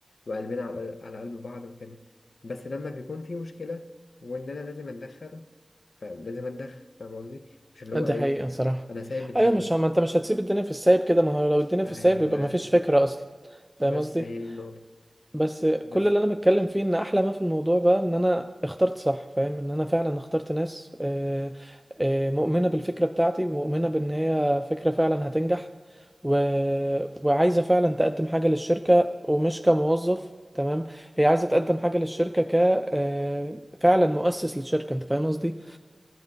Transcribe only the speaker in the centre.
دي
حقيقه الصراحه
ايوه مش ما انت مش هتسيب الدنيا في السايب كده ما هو لو الدنيا في
السايب يبقى ما فيش فكره اصلا فاهم
قصدي
بس
كل اللي انا بتكلم فيه ان احلى ما في الموضوع بقى ان انا اخترت صح فاهم ان انا فعلا اخترت ناس آه، آه، مؤمنة بالفكرة بتاعتي ومؤمنة بان هي فكرة فعلا هتنجح و... وعايزة فعلا تقدم حاجة للشركة ومش كموظف تمام هي عايزة تقدم حاجة للشركة ك آه، فعلا مؤسس للشركة انت فاهم قصدي؟